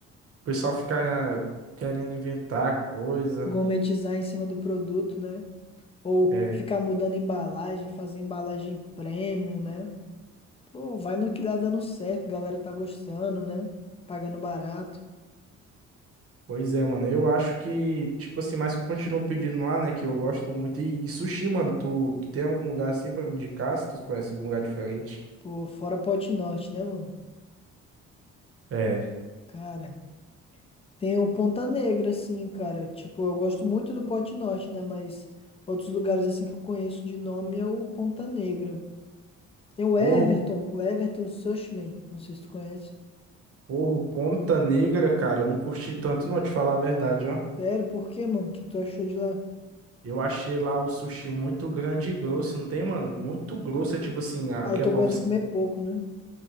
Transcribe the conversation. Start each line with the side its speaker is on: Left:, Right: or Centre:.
Right: pessoal ficar eh, querendo inventar coisa,
Left: gourmetizar em cima do produto, né? Ou
Right: é,
Left: ficar mudando embalagem, fazer embalagem premium, né? Pô, vai no que dá dando certo, a galera tá gostando, né? Pagando barato.
Right: Pois é, mano. Eu acho que, tipo assim, mas continuo pedindo lá, né? Que eu gosto muito. E, e sushi, mano, tu, tu tem algum lugar assim pra me indicar? Se tu conhece algum lugar diferente?
Left: Pô, fora Pote Norte, né, mano?
Right: É.
Left: Cara. Tem o Ponta Negra, assim, cara. Tipo, eu gosto muito do Pote Norte, né? Mas outros lugares, assim, que eu conheço de nome é o Ponta Negra. Tem o Everton,
Right: Porro,
Left: o Everton Sushman. Não sei se tu conhece.
Right: porro, Ponta Negra, cara. Eu não curti tanto, não, te falar a verdade, ó.
Left: Sério, por quê, mano? O que que tu achou de lá?
Right: Eu achei lá o sushi muito grande e grosso, não tem, mano? Muito grosso, é tipo assim, ah,
Left: Aí
Right: o que
Left: tu
Right: é pra
Left: aguenta
Right: você.
Left: comer pouco, né?